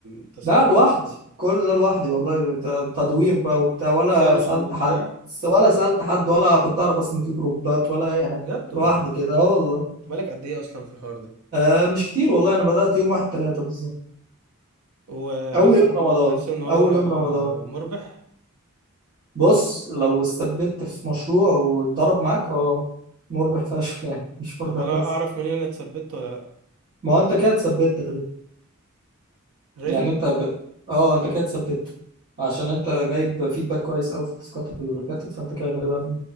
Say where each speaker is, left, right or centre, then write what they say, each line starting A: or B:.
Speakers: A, on the right; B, on the right.
A: التاسكات
B: ده لوحدي
A: والحاجات دي؟
B: كل ده لوحدي والله ت- تدوير بقى وبتاع ولا
A: سيرش
B: سالت
A: وبتاع
B: حد ولا سالت حد ولا كنت اعرف اصلا إن في جروبات ولا اي حاجه
A: بجد والله
B: لوحدي كده اه والله
A: انت بالك قد ايه اصلا في الحوار ده
B: آه مش كتير والله انا بدات يوم واحد ثلاثة بالظبط
A: وحاسس
B: اول يوم
A: انه
B: رمضان
A: حاسس ان هو
B: اول يوم رمضان
A: مربح
B: بص لو استثبت في مشروع وضرب معاك اه مربح فشخ يعني مش مربح
A: طب انا
B: بس
A: اعرف منين انا اتثبت ولا لا
B: ما هو انت كده اتثبت غالبا
A: ريلي
B: يعني انت ب... اه انت كده اتثبت عشان انت جايب فيدباك كويس قوي في التاسكات اللي فاتت فانت كده غالبا